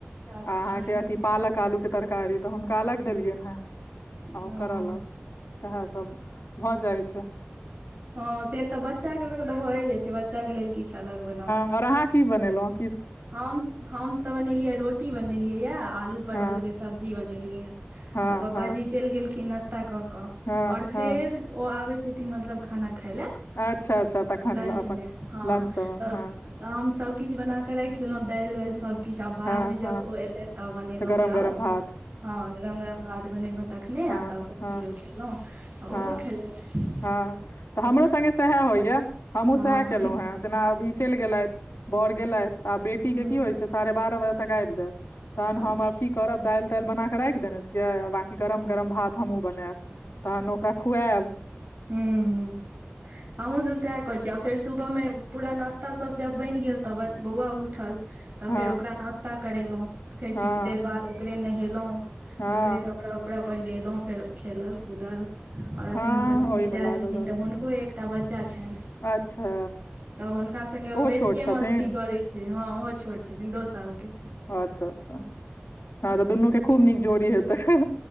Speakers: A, on the right (about 45°); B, on the left (about 75°).
A: अच्छा
B: आ अहाँके अथि पालक आलू के तरकारी तऽ हुनका अलग देलियनि हेँ। आ
A: हँ
B: ओकरऽ अलग सेएह सब भऽ जाइ छै,
A: हँ से तऽ बच्चा के ल तऽ भए जाय छै बच्चा के लेल किछ अलग बनाउ
B: अओर अहाँ की बनेलहुं
A: हम हम तऽ बनेलियै रोटी बनेलियै यए आलू परवलके
B: हँ
A: सब्जी बनेलियै य
B: हँ
A: तऽ पप्पाजी
B: हँ
A: चैल गेलखिन नाास्ता कऽ कऽ
B: हँ
A: आओर फेर
B: हँ
A: ओ आबै छथिन मतलब खाना खाय ल
B: अच्छा अच्छा तखन
A: लंचमे
B: ल- अपन
A: हँ
B: लंच समय
A: त।
B: मे हँ
A: तऽ हम सभकिछ बना के रैख लेलहुँ दैल वैल सभकिछ आ बादमे
B: हँ
A: जब
B: हँ
A: ओ एयलैथ तब बनेलौ
B: तऽ गरम
A: चावल
B: गरम भात
A: हँ गरम गरम भात बनेलौ तखने
B: हँ
A: आ तब सभ
B: हँ
A: केओ खेलहुँ आ
B: हँ
A: ओहो खेलेथ
B: हँ तऽ हमरो संगे‌ सएह होइए हमहूँ
A: हँ
B: सएह कलो
A: ह
B: हे जेना आब ई चैल गेलैथ। बर गेलैथ आब बेटी के
A: ह
B: की होइ छै साढ़े बारह बजे तक आइब जेएब तहन
A: अच्छा
B: हम आब की। करब दैल तैल बना कऽ रैख देने छियै बाँकी गरम गम भात हमहुँ बनूएब तहन ओकरा खुएब
A: हुॅं हुॅं
B: <inaudible>
A: हमहूँ सब सएह कर छीयै आ फेर सुबह मे पूरा नाास्ता सब जब बनि गेल तब बौआ उठल तऽ
B: हँ
A: फेर ओकरा नास्ता करेलहुँ फेर
B: हँ
A: किछु देर बाद ओकरे नहेलहुँ
B: हँ
A: ओकरे कपड़ा कपड़ा पहिरेल हुॅं फेर खेलल कूदल आर अखन
B: हँ
A: हमर ननद
B: ओहिमे लागल
A: एल छथिन
B: रहलहुँ
A: तऽ हुनको एक टा बच्चा छनि।
B: अच्छा।
A: तऽ हुनका सगे ओ
B: ओहो
A: बेसियए
B: छोट छथिन
A: मस्ती करैत छै हँ ओहो छोट छथिन दो साल के।
B: हँ अच्छा अच्छा हँ तऽ दुनू के खूब नीक जोड़ी हेतै